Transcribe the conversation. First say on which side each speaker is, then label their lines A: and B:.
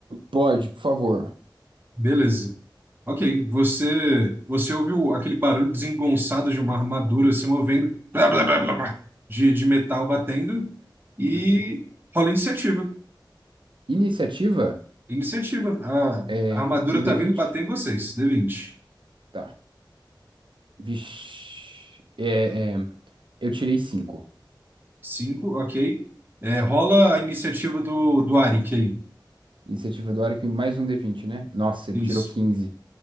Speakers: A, on the right; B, on the right.
A: Pode, por favor.
B: Beleza. Ok, você você ouviu aquele barulho desengonçado de uma armadura se movendo, blá, blá, blá, blá, blá, de, de metal batendo, e
A: Uhum.
B: rola iniciativa.
A: Iniciativa?
B: Iniciativa. A,
A: É
B: a armadura
A: um
B: tá
A: D20?
B: vindo bater em vocês. d vinte
A: Tá. Vixe. É, é, eu tirei 5.
B: cinco ok. É, rola a iniciativa do, do Arik aí.
A: Iniciativa do Arco e mais um D20, né? Nossa, ele
B: Isso,
A: tirou 15.